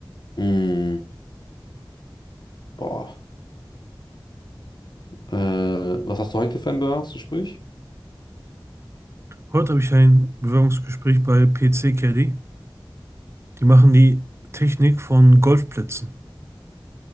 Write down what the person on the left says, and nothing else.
Hm. Boah. Äh, was hast du heute für ein Bewerbungsgespräch?